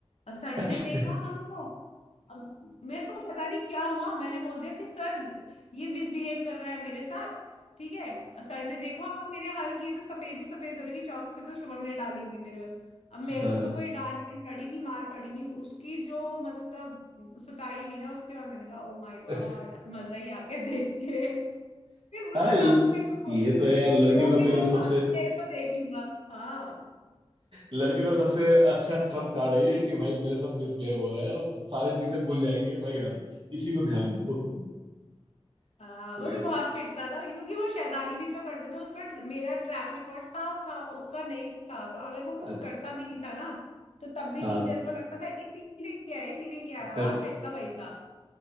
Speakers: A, on the left (about 80°); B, on the right (about 55°).
A: और सर
B: अच्छा
A: ने देखा
B: अच्छा
A: हमको अब मेरे को पता नहीं क्या हुआ मैंने बोल दिया कि सर ये मिसबिहेव कर रहा है मेरे साथ ठीक है और सर ने देखा होगा मेरे हाल किए तो सफेद ही सफेद हो रही कि चौक से तो शुभम ने डाली होगी मेरे अब मेरे
B: हाँ
A: को तो कोई डांट डांट पड़ी नहीं मार पड़ी नहीं उसकी जो मतलब सुताई हुई ना उसके बाद मैंने कहा ओ माय गॉड
B: अच्छा
A: मजा ही आ गया देख के फिर रोता
B: हाँ, ल-
A: भी मेरे को
B: ये तो है यार लड़कियों
A: रो
B: का
A: के
B: तो ये
A: बोलता
B: सबसे
A: तेरे को देख लूंगा हाँ
B: लड़के का सबसे अच्छा ट्रम्प कार्ड है ये कि भाई मेरे साथ मिसबिहेव हो रहा है अब सारे टीचर भूल जाएंगे भाई हाँ इसी पे ध्यान दो
A: हाँ
B: तो
A: वो
B: इस
A: तो बहुत पिटता था क्योंकि वो शैतानी भी तो करता था उसका मेरा ट्रैक रिकॉर्ड साफ था उसका नहीं था तो अगर वो कुछ
B: अच्छा
A: करता भी नहीं था ना तो तब भी
B: हाँ
A: टीचर को लगता था इसी ने क्या है इसी ने क्या है
B: अच्छा
A: और पिटता वही था